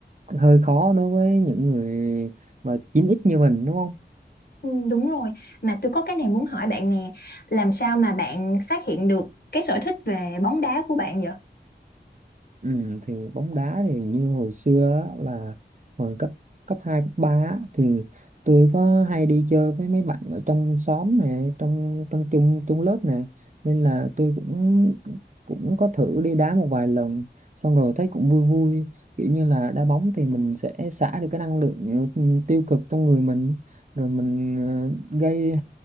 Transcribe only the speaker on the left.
Ừ, đúng rồi, mà tôi có cái này muốn hỏi bạn nè, làm sao mà bạn phát hiện được cái sở thích về bóng đá của bạn vậy?